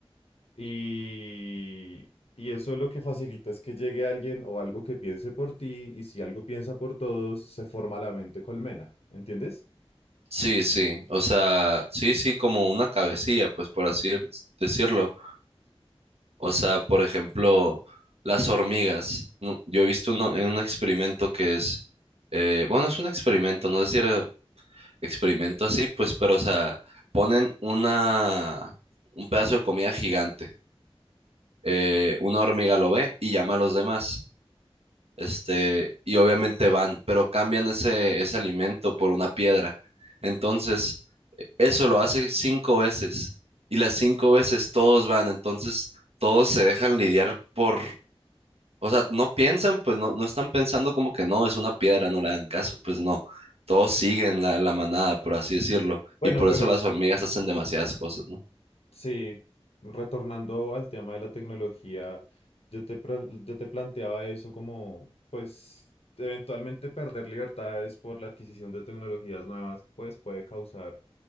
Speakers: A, on the left (about 75°); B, on the right (about 75°).
A: Y, y eso lo que facilita es que llegue alguien o algo que piense por ti, y si algo piensa por todos, se forma la mente colmena, ¿entiendes?
B: Sí, sí, o sea, sí, sí, como una cabecilla, pues por así decirlo. O sea, por ejemplo, las hormigas. Nu- Yo he visto uno- un experimento que es, eh, bueno, es un experimento, no sé si era experimento así, pues, pero, o sea, ponen una, un pedazo de comida gigante. eh, una hormiga lo ve y llama a los demás. Este, y obviamente van, pero cambian ese, ese alimento por una piedra. Entonces, e- eso lo hace cinco veces. Y las cinco veces todos van, entonces todos se dejan lidiar por o sea, no piensan, pues no, no están pensando como que no, es una piedra, no le hagan caso, pues no. Todos siguen la, la manada, por así decirlo.
A: Bueno,
B: Y por
A: pero
B: eso las hormigas hacen demasiadas cosas, ¿no?
A: sí, retornando al tema de la tecnología, yo te, pran- yo te planteaba eso como, pues, eventualmente perder libertades por la adquisición de tecnologías nuevas, pues puede causar